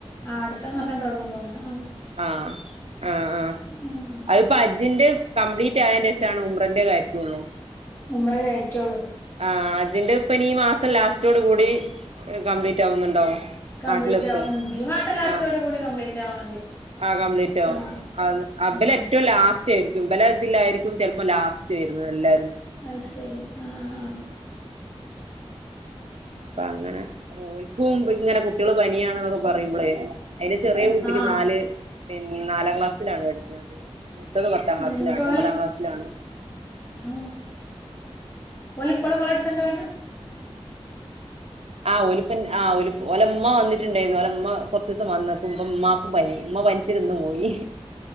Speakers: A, on the left (about 20°); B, on the right (about 70°).
A: ആ അടുത്ത മാസ തുടങ്ങും തോന്നുന്നത്
B: ആഹ ആഹ ആഹ്
A: ഉം
B: അതിപ്പോൊ അജ്ജിന്റെ കംപ്ലീറ്റ് ആയന്റെേഷാണ് മുമ്പ ഇന്റെ കാര്യള്ളൂ
A: ഉുമ്ര കയറ്റുള്ളൂ
B: ആഹ അജിന്റെ ഇപ്പനിീ മാസം ലാസ്റ്റോട് കൂടി കംപ്ലീറ്റ് ആവുന്നുണ്ടാവും
A: കംപ്ലീറ്റ്
B: നാട്ടിലൊക്കെ
A: ആവും ഉം ഈ മാസം ലാസ്റ്റോട്
B: ആഹ
A: കൂടി കംപ്ലീറ്റ് ആവാ മതി
B: ആ കംപ്ലീറ്റ് ആും
A: ആ
B: അ അബില
A: ഉം
B: ഏറ്റ ലാസ് ും പല ഇതിലായിരിക്കും ചിലപ്പോ ലാസ്റ്റ്ല്ല
A: അ ശരി ആഹ
B: ഉം അപ്പ അങ്ങനെ അപ്പൊ ഓൽക്കും ഇങ്ങനെ കുട്ടികള് പനിയാണ് എന്നൊക്കെ പറയുമ്പോളേ അതിന്റെ ചെറിയ കുട്ടിക്ക്
A: ആ
B: നാല് പിന്ന നാലാം ക്ലാസ്സിലാണ് പഠിക്കുന്നത് മുത്തത് പത്താം ക്ലാസിലാണ്
A: ഇങ്ങോട്ട് ഓല്
B: ഒമ്പതാം ക്ലാസ്സിലാണ്
A: ആ ഓലെ ഇപ്പോഴും ടെ
B: ആ
A: എടുത്തണ്ട് വേണ്ട
B: ആഹ് ഒലിപ്പൻ ആ്ല ഒലമ്മ വന്നിട്ടുണ്ടായിരുന്നു ഒലമ്മ കുറച്ച ദിവസം വന്നപ്പ്പ നി ഇമ്മ പനിച്ചിന്ന് പോയി